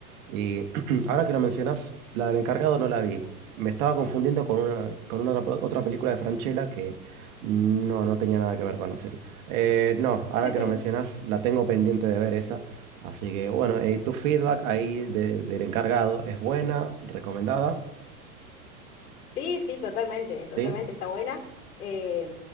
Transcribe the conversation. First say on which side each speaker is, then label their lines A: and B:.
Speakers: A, on the right; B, on the left.
A: Y <clears throat> ahora que lo mencionas, la del encargado no la vi. Me estaba confundiendo con una, con una otra, otra película de Francella que no, no tenía nada que ver con la serie. Eh, no, ahora
B: <laughs>
A: que lo mencionas, la tengo pendiente de ver esa. Así que bueno, eh, tu feedback ahí de- del encargado es buena, recomendada,
B: Sí, sí, totalmente, totalmente
A: ¿sí?
B: está buena. Eh,